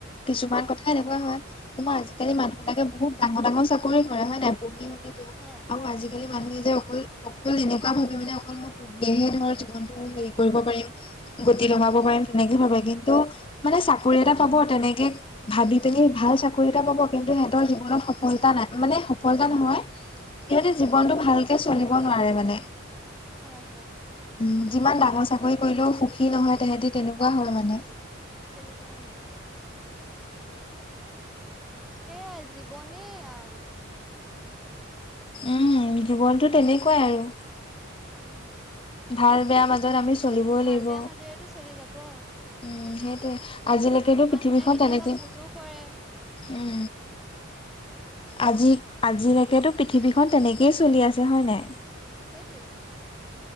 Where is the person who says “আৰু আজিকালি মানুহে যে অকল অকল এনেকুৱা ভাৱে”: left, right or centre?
Left